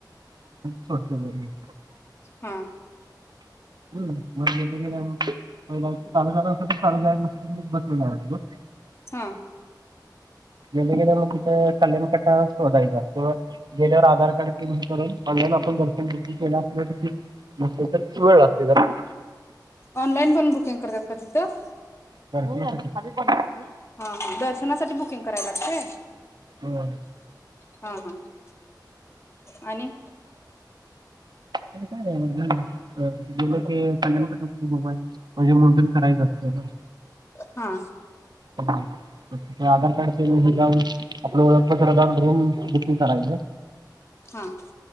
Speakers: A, on the right; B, on the left.
A: सोडते घरी.
B: हा
A: हं म गेले गेले पहिल चालू झालं असते का चालू. बसली ना की बसली.
B: हा
A: गेल्या गेल्या मग तिथं कल्याण कटा शोधायचा क गेल्यावर आधार कार्ड ते करून ऑनलाईन आपण दर्शन बुकिंग केलं असल्या तर ठीक नसेल तर वेळ लागतो. निघाला.
B: ऑनलाईन पण बुकिंग करतात का तिथं?
A: करता येतं की. <inaudible>
B: हा हा दर्शनासाठी बुकिंग करायला लागतंय
A: होय.
B: हा हा आणि?
A: आणि काय नाय मग झालं की तिथं गेलं की कल्याण कटाव मोबाईल. म्हणजे मुंडन करायचं असत ना?
B: हा
A: हं मग तिथं आधार कार्ड केल की. तिथं जाऊन आपलं ओळखपत्र दाऊन रूम बुकिंग करायच्या.
B: हां.